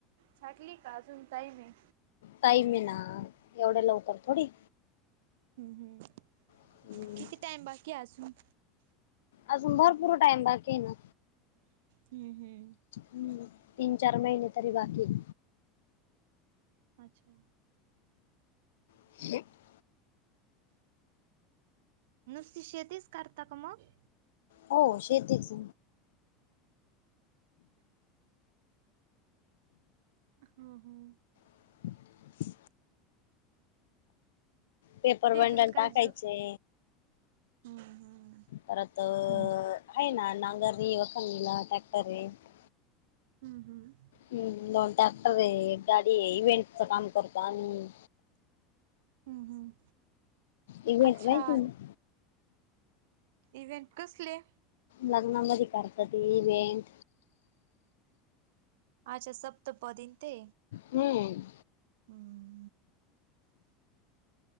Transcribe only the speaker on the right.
छाटली का आजून टाईम आहे?
हम्म हम्म.
किती टाइम बाकी आहे अजून?
हम्म हम्म
अच्छा.
नुसती शेतीच करता का मग?
हम्म, हम्म.
शेतीला
काहीच
हम्म, हम्म.
म्हणजे
हम्म, हम्म.
हम्म, हम्म.
अच्छा
इव्हेंट कसले?
अच्छा सप्तपदी आणि ते.
हम्म.